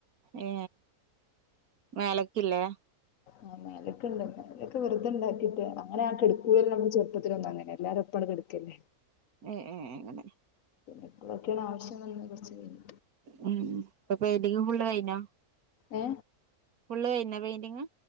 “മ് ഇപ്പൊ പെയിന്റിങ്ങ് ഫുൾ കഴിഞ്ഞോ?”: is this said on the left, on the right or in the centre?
Right